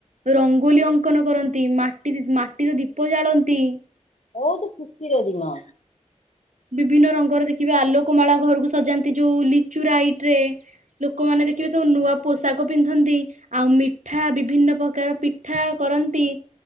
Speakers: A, on the right; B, on the left.
A: ରଙ୍ଗୋଲି ଅଙ୍କନ କରନ୍ତି ମାଟି <unintelligible> ମାଟିର ଦୀପ ଜାଳନ୍ତି।
B: ବୋହୁତ ଖୁସିର ଦିନ।
A: ବିଭିନ୍ନ ରଙ୍ଗର ଦେଖିବେ ଆଲୋକମାଳା ଘରକୁ ସଜାନ୍ତି ଯୋଉ ଲିଚୁଲାଇଟ୍ ରେ। ଲୋକମାନେ ଦେଖିବେ ସବୁ ନୂଆ ପୋଷାକ ପିନ୍ଧନ୍ତି। ଆଉ ମିଠା ବିଭିନ୍ନ ପ୍ରକାର ପିଠା କରନ୍ତି।